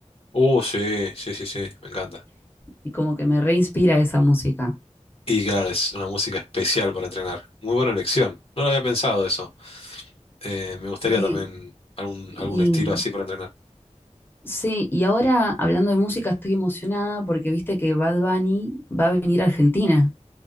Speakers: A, on the left; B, on the left.
A: Uh, sí, sí, sí, sí, me encanta.
B: y como que me reinspira esa música.
A: Y claro, es una música especial para entrenar. Muy buena elección. No lo había pensado eso. Eh, me gustaría
B: Sí,
A: también algún,
B: y
A: algún estilo así para entrenar.
B: sí, y ahora hablando de música estoy emocionada porque viste que Bad Bunny va a venir a Argentina.